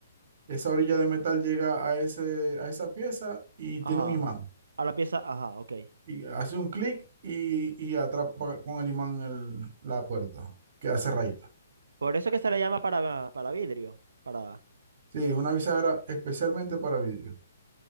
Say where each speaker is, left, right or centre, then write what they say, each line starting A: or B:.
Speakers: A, on the right; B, on the right.
A: esa orilla de metal llega a ese, a esa pieza y
B: Ajá.
A: tiene un imán.
B: A la pieza, ajá, ok.
A: Y hace un clic y, y atrapa con el imán el- la puerta, que hace rayita.
B: Por eso que se le llama para, para vidrio, para.
A: Sí, una bisagra especialmente para vidrio,